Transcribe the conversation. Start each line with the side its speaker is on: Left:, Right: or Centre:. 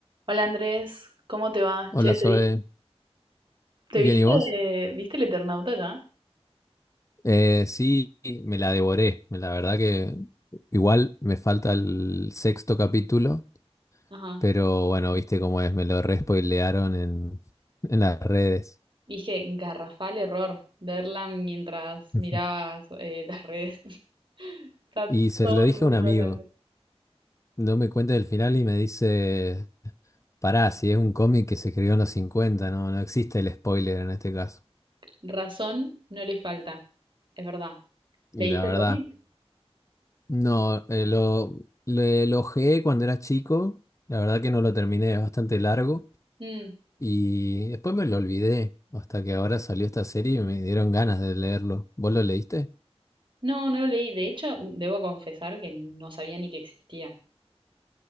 Right: Hola Andrés, ¿cómo te va?
Left: Hola
Right: Che, ¿te,
Left: Zoe,
Right: vi- te
Left: ¿bien
Right: viste,
Left: y vos?
Right: viste el Eternauta ya?
Left: Eh, sí, me la devoré, la verdad que igual me falta el sexto capítulo,
Right: Ajá.
Left: pero bueno, viste cómo es, me lo respoilearon en, en las redes.
Right: Dije, garrafal error verla mientras
Left: <laughs>
Right: mirabas eh, las redes. <laughs> Está
Left: Y se
Right: todo
Left: lo dije
Right: el mundo
Left: a un amigo,
Right: hablando.
Left: no me cuenta el final y me dice, pará, si es un cómic que se escribió en los 50, no, no existe el spoiler en este caso.
Right: Razón no le falta, es verdad.
Left: Y
Right: ¿Leíste
Left: la verdad,
Right: el cómic?
Left: no, eh, lo, lo, lo ojeé cuando era chico, la verdad que no lo terminé, es bastante largo.
Right: Mm,
Left: Y después me lo olvidé, hasta que ahora salió esta serie y me dieron ganas de leerlo. ¿Vos lo leíste?
Right: No, no lo leí. De hecho, debo confesar que no sabía ni que existía.